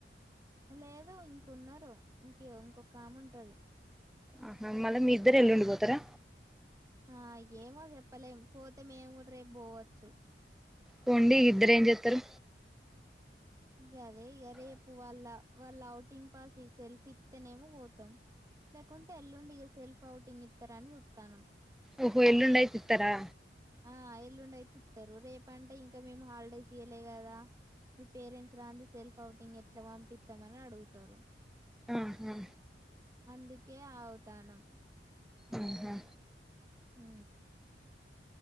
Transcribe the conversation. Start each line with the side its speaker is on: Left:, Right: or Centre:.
Right: లేదు ఇంకున్నారు ఇంక ఇంకొక ఆమె ఉంటది
Centre: ఆహా మళ్ళీ మీ ఇద్దరు ఎల్లుండిపోతారా
Right: ఆ ఏమో చెప్పలేము పోతే మేము కూడా రేపు పోవచ్చు
Centre: పోండి ఇద్దరేం చెతారు
Right: ఇక అదే ఇక రేపు వాళ్ళ వాళ్ళ అఔటింగ్ పాస్ సెల్ఫ్ ఇస్తేనేమో పోతాం లేకుంటే ఎల్లుండి ఇక సెల్ఫ్ ఫౌటింగ్ ఇస్తారని చుతానం
Centre: ఓహో ఎల్లుండైతి ఇత్తరా
Right: ఆ ఎల్లుండైతే ఇత్తరు రేపంటే ఇంకా మేము హాలిడేస్ ఇయ్యలే కదా మీ పేరెంట్స్ రాంది సెల్ఫ్ అవుటింగ్ ఎట్లా పంపిత్తమని అడుగుతారు
Centre: ఆహా
Right: అందుకే ఆవుతానం
Centre: ఆహా
Right: ఉ